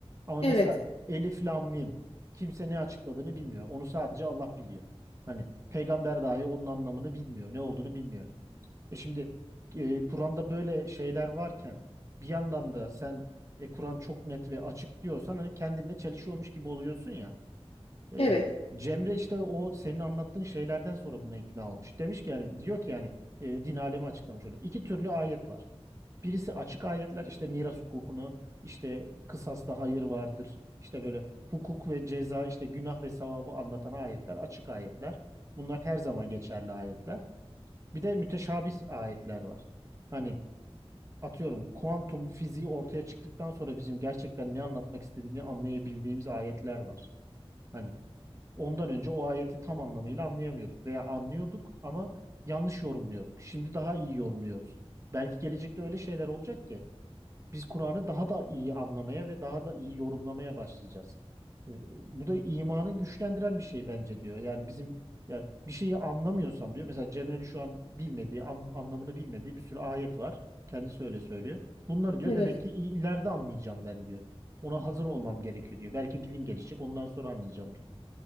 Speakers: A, on the right; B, on the left.
A: Ama
B: Evet.
A: mesela Elif Lam Mim kimse ne açıkladığını bilmiyor. Onu sadece Allah biliyor. Hani peygamber dahi onun anlamını bilmiyor, ne olduğunu bilmiyor. E şimdi e, Kur'an'da böyle şeyler varken bir yandan da sen e, Kur'an çok net ve açık diyorsan hani kendinle çelişiyormuş gibi oluyorsun ya. E,
B: Evet.
A: Cemre işte o senin anlattığın şeylerden sonra buna ikna olmuş. Demiş ki yani diyor ki yani e, din alemi açıklamış onu. İki türlü ayet var. Birisi açık ayetler işte miras hukukunu işte kısasta hayır vardır. işte böyle hukuk ve ceza işte günah ve sevabı anlatan ayetler açık ayetler. Bunlar her zaman geçerli ayetler. Bir de müteşabih ayetler var. Hani atıyorum kuantum fiziği ortaya çıktıktan sonra bizim gerçekten ne anlatmak istediğini anlayabildiğimiz ayetler var. Hani Ondan önce o ayeti tam anlamıyla anlayamıyorduk veya anlıyorduk ama yanlış yorumluyorduk. Şimdi daha iyi yorumluyoruz. Belki gelecekte öyle şeyler olacak ki biz Kur'an'ı daha da iyi anlamaya ve daha da iyi yorumlamaya başlayacağız. E, Bu da imanı güçlendiren bir şey bence diyor. Yani bizim yani bir şeyi anlamıyorsam diyor. Mesela Cemre'nin şu an bilmediği, an- anlamını bilmediği bir sürü ayet var. Kendisi öyle söylüyor. Bunları diyor
B: Evet.
A: demek ki i- ileride anlayacağım ben diyor. Ona hazır olmam gerekiyor diyor. Belki bilim gelişecek ondan sonra anlayacağım diyor.